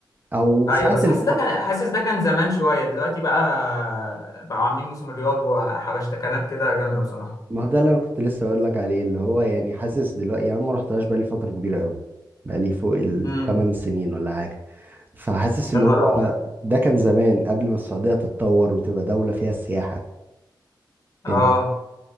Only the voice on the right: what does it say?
او
ساعات
الف
ما هو ده اللي انا كنت لسه اقول لك عليه اللي هو يعني حاسس دلوقتي يعني انا ما رحتهاش بقالي فترة كبيرة قوي بقالي فوق الثمان
سنين ولا حاجة فحاسس اللي
هو
ده كان زمان قبل ما السعودية تتطور وتبقى دولة فيها سياحة
إن-